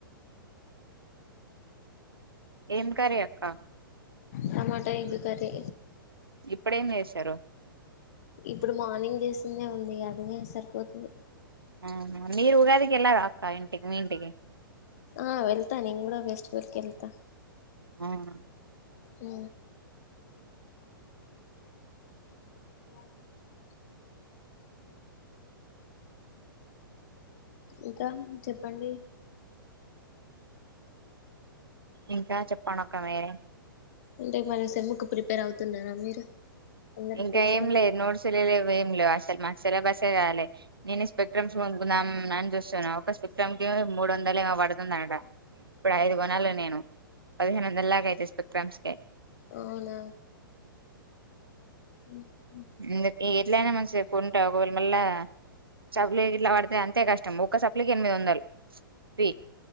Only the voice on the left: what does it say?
టమాటా ఎగ్ కర్రి
ఇప్పుడు మార్నింగ్ చేసిందే ఉంది అది సరిపోతుది
ఆ వెళ్తా నేను కూడా ఫెస్టివల్ కి వెళ్తా
ఉ <unintelligible> ఇంకా చెప్పండి
అంటే మన సేమ్ముకు ప్రిపేర్ అవుతున్నారా మీరు అందరు
ఫ్రెండ్స్
కలిసి
అవునా <unintelligible>